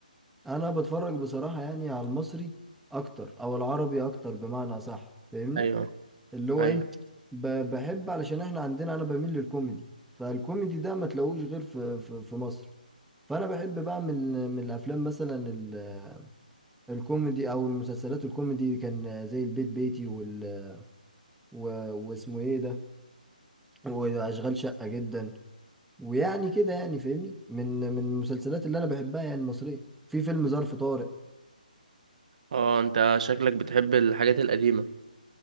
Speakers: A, in the centre; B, on the right.
A: انا بتفرج بصراحة يعني على المصري اكتر او العربي اكتر بمعنى صح فاهمني
B: ايوه
A: اللي هو
B: ايوه
A: ايه ب- بحب علشان احنا عندنا انا بميل للكوميدي فالكوميدي ده ما تلاقوش غير في في, في مصر فانا بحب بقى من من الافلام مثلا ال- الكوميدي او المسلسلات الكوميدي كان زي البيت بيتي وال و- واسمه ايه ده واشغال شقة جدا ويعني كده يعني فاهمني من من المسلسلات اللي انا بحبها يعني المصرية في فيلم ظرف طارق
B: اه انت شكلك بتحب الحاجات القديمة